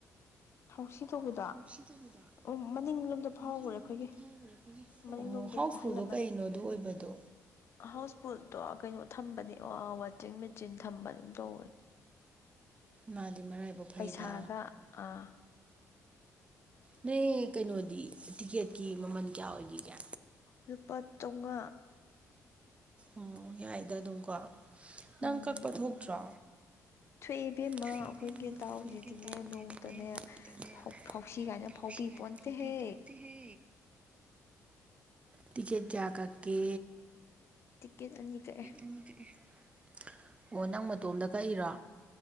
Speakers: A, on the left; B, on the right.
A: ꯍꯥꯎꯁꯤ ꯇꯧꯕꯤꯗꯣ
B: ꯍꯥꯎꯁꯤ ꯇꯧꯕꯗꯣ
A: ꯎꯝ ꯃꯅꯤꯡꯂꯣꯝꯗ ꯐꯥꯎꯈ꯭ꯔꯦ
B: ꯃꯅꯤꯡꯂꯣꯝꯗ
A: ꯑꯩꯈꯣꯏꯒꯤ
B: ꯐꯥꯎꯈꯔ꯭ꯦ
A: ꯃꯅꯤꯡꯂꯣꯝꯗꯒꯤ
B: ꯑꯣ ꯍꯥꯎꯁꯐꯨꯜꯗꯣ
A: ꯑꯍꯜ ꯑꯃꯅ
B: ꯀꯩꯅꯣ ꯑꯗꯨ ꯑꯣꯏꯕꯗꯣ
A: ꯍꯥꯎꯁ ꯕꯨꯣꯜꯠꯇꯣ ꯀꯩꯅꯣ ꯊꯝꯕꯅꯦ ꯑꯣ ꯋꯥꯆꯤꯡ ꯃꯦꯆꯤꯟ ꯊꯝꯕ ꯑꯗꯨꯝ ꯇꯧꯕꯅꯦ
B: ꯃꯥꯗꯤ ꯃꯔꯥꯏꯕꯛ ꯐꯩꯗ
A: ꯄꯩꯁꯥꯒ ꯑꯥ
B: ꯅꯣꯏ ꯀꯩꯅꯣꯗꯤ ꯇꯤꯛꯀꯦꯠꯀꯤ ꯃꯃꯜ ꯀꯌꯥ ꯑꯣꯏꯈꯤꯒꯦ
A: ꯂꯨꯄꯥ ꯆꯧꯉꯥ
B: ꯑꯣ ꯌꯥꯏꯗ ꯑꯗꯨꯝꯀꯣ ꯅꯪ
A: ꯎꯝ
B: ꯀꯛꯄ ꯊꯣꯛꯇ꯭ꯔꯣ
A: ꯊꯣꯛꯑꯦ ꯏꯕꯦꯝꯃ
B: ꯈꯣꯏ
A: ꯑꯩꯈꯣꯏꯒꯤ
B: ꯏꯕꯦꯝꯃꯥ
A: ꯗꯥꯎꯁꯤꯗꯤꯅꯦ
B: ꯑꯩꯈꯣꯏꯒꯤ ꯗꯥꯎꯖꯤꯗꯤꯅꯦ
A: ꯅꯣꯡꯇꯅꯦ
B: ꯅꯣꯡꯃꯇꯅꯦ
A: ꯐꯥꯎꯁꯤ
B: ꯐꯥ
A: ꯀꯥꯏꯅ
B: ꯐꯥꯎꯁꯤ
A: ꯐꯥꯎꯕꯤ
B: ꯀꯥꯏꯅ
A: ꯄꯣꯟꯇꯦꯍꯦ
B: ꯐꯥꯎꯕꯤꯄꯣꯟꯇꯦꯍꯦ ꯇꯤꯀꯦꯠ ꯀꯌꯥ ꯀꯛꯀꯦ
A: ꯇꯤꯛꯀꯦꯠ ꯑꯅꯤ ꯀꯛꯑꯦ
B: <unintelligible> ꯑꯣ ꯅꯪ ꯃꯇꯣꯝꯗ ꯀꯛꯏꯔꯣ